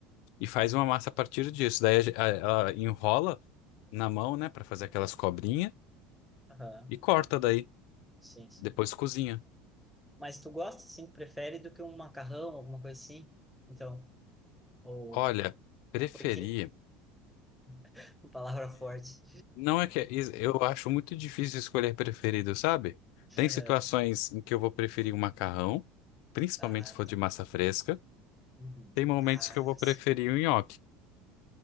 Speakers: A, on the left; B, in the centre.
A: e faz uma massa a partir disso. Daí a ge- a- ela enrola na mão, né, para fazer aquelas cobrinhas
B: aham.
A: e corta daí,
B: Sim, sim.
A: depois cozinha.
B: Mas tu gosta, assim, prefere do que um macarrão, alguma coisa assim? Então, ou...
A: Olha, preferi
B: Porque... <laughs> Palavra forte.
A: Não é que é, is- eu acho muito difícil escolher preferido, sabe? Tem
B: Aham.
A: situações em que eu vou preferir o macarrão, principalmente
B: Ah,
A: se for
B: tá.
A: de massa fresca.
B: Uhum.
A: Tem momentos
B: Ah,
A: que eu vou preferir
B: sim.
A: o nhoque,